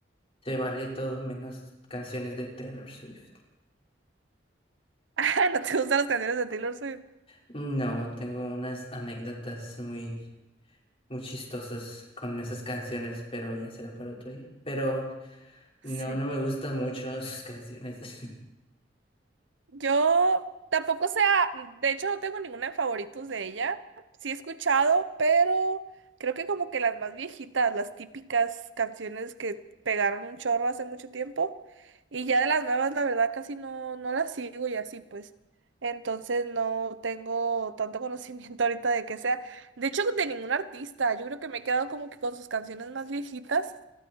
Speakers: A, on the left; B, on the right.
A: Se vale todo menos canciones de Taylor Swift.
B: Ah, ¿No te gustan las canciones de Taylor Swift?
A: No, tengo unas anécdotas muy, muy chistosas con esas canciones, pero ya será para otro día. Pero no,
B: Sí.
A: no me gustan mucho sus canciones. <laughs>
B: Yo tampoco sea, de hecho no tengo ninguna en favoritos de ella. Sí he escuchado, pero creo que como que las más viejitas, las típicas canciones que pegaron un chorro hace mucho tiempo. Y ya de las nuevas, la verdad, casi no, no las sigo y así pues. Entonces no tengo tanto conocimiento <laughs> ahorita de que sea. De hecho, de ningún artista. Yo creo que me he quedado como que con sus canciones más viejitas.